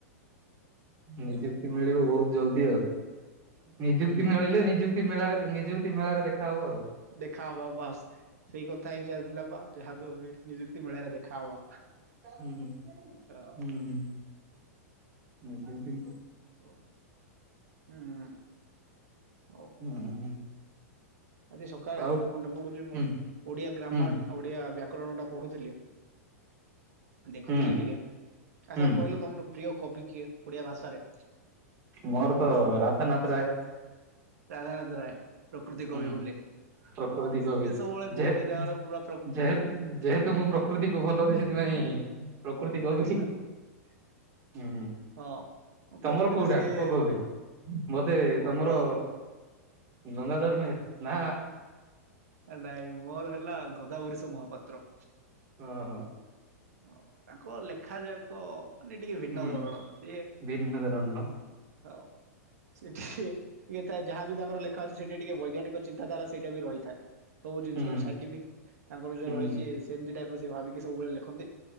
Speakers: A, on the right; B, on the right.
A: ନିଯୁକ୍ତି ମିଳିବ ବହୁତ ଜଲଦି ଆଉ। ନିଯୁକ୍ତି
B: ହଉ
A: ମିଳିଲେ
B: ଦେଖିବା
A: ନିଯୁକ୍ତି ମେଳାରେ ନିଯୁକ୍ତି ମେଳାରେ ଦେଖା ହବ ଆଉ।
B: ଦେଖା ହବା ବାସ୍ ସେଇ କଥା ହିଁ ଚାଲିଥିଲା ବା ଯାହାକୁ ନିଯୁକ୍ତି ମେଳାରେ ଦେଖାହବା।
A: ହୁଁ ହଁ ହୁଁ
B: ଆଉ।
A: ହୁଁ। ଆ ଯଦି
B: ହ ହୁଁ ହଉ।
A: ହୁଁ
B: ଆଜି ସକାଳେ
A: ଆଉ
B: ମନେ ପଡୁଛି ମୁଁ
A: ହୁଁ
B: ଓଡିଆ ଗ୍ରାମାର
A: ହୁଁ
B: ଓଡିଆ ବ୍ୟାକରଣ ଟା ପଢୁଥିଲି ଦେଖୁଥିଲି
A: ହୁଁ
B: ଟିକେ ଆଚ୍ଛା
A: ହୁଁ
B: କହିଲ ତମର ପ୍ରିୟ କବି କିଏ ଓଡିଆ ଭାଷାରେ?
A: ମୋର ତ ରାଧାନାଥ ରାୟ।
B: ରାଧାନାଥ ରାୟ। ପ୍ରକୃତି କବି
A: ହୁଁ
B: ବୋଲି
A: ପ୍ରକୃତି
B: ହଁ
A: କବି
B: ସିଏ ସବୁବେଳେ କୁହନ୍ତି
A: ଯେହେତୁ
B: ତାର ପୁରା ପ୍ର
A: ଯେହେତୁ ଯେହେତୁ ମୁଁ ପ୍ରକୃତିକୁ ଭଲ ନାଇଁ ପ୍ରକୃତି କବି
B: ଆଚ୍ଛା
A: ହୁଁ ହୁଁ
B: ହଁ ପ୍ରକୃତିକୁ
A: ତମର କୋଉଟା
B: ସିଏ
A: କୋଉ କବି
B: ବୋ
A: ବୋଧେ
B: ମୋର
A: ତମର ଗଙ୍ଗାଧର ମେହେର। ନା
B: ନାଇଁ ମୋର ହେଲା ଗୋଦାବରୀଶ ମହାପାତ୍ର। ପାତ୍ର।
A: ହଁ ହଁ।
B: ହଁ ତାଙ୍କ ଲେଖା ଯାକ ମାନେ ଟିକେ ଭିନ୍ନ
A: ହୁଁ।
B: ଧରଣର ସିଏ
A: ଭିନ୍ନଧରଣ
B: ହଁ ସେ ଟିକେ ଟିକେ ଯାହାବି ତାଙ୍କର ଲେଖା ଦେଖାଯାଉଛି ସେଇଟା ଟିକେ ବୈଜ୍ଞାନିକ ଚିନ୍ତାଧାରା ସେଇଟା ବି ରହିଥାଏ । ସବୁ ଜିନିଷ
A: ହୁଁ
B: ସାଇଣ୍ଟିଫିକ ତାଙ୍କର ଯୋଉ
A: ହୁଁ
B: ରହିଛି ସେମତି ଟାଇ ପର୍ ସେ ଭାବିକି ସବୁବେଳେ ଲେଖନ୍ତି।